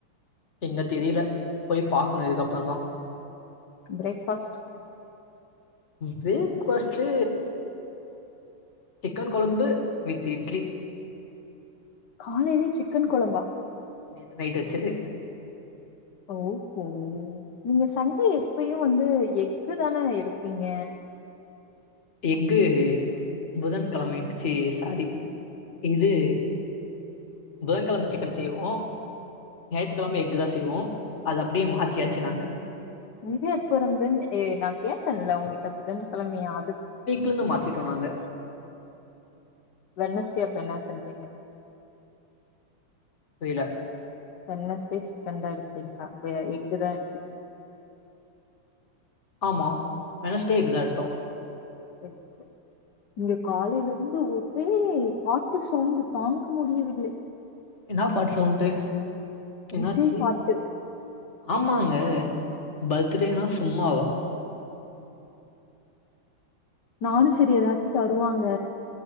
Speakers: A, on the left (about 35°); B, on the left (about 60°).
A: எங்க தெரில போய் பாக்கணு இதுக்கப்பறோ தா
B: பிரேக்ஃபாஸ்ட்
A: பிரேக்ஃபாஸ்ட்டு சிக்கன் கொழம்பு வித் இட்லி
B: காலையிலே சிக்கன் கொழம்பா
A: நேத்து நைட்டு வச்சது
B: ஓஹோ நீங்க சன்டே எப்பயு வந்து எஃகுதான எடுப்பீங்க
A: எஃகு புதன் கெழமை இச்சி சாரி இது புதன்கெழம சிக்கன் செய்வோ ஞாயித்துக்கெழம எஃகு தா செய்வோ அது அப்படியே மாத்தியாச்சு நாங்க
B: நிது எப்ப இருந்து நெ ஏ நா கேட்டல உங்கிட்ட புதன்கெழமையா அது
A: தூங்க மாத்திட்டோ நாங்க
B: வென்னஸ்டே அப்ப என்ன செஞ்சீங்க
A: புரில
B: வென்னஸ்டே சிக்கன் தா எடுத்தீங்களா வே எஃகு தா எடுத்தீங்களா
A: ஆமா வென்னஸ்ட்டே எஃகு தா எடுத்தோ
B: சேரி சேரி இங்க காலையில இருந்து ஒரே பாட்டு சவுண்ட் தாங்க முடியவில்லை
A: என்னா பாட்டு சவுண்டு என்னாச்சி
B: விஜய் பாட்டு.
A: ஆமாங்க பர்த்டேனா சும்மாவா
B: நானு செரி எதாச்சு தருவாங்க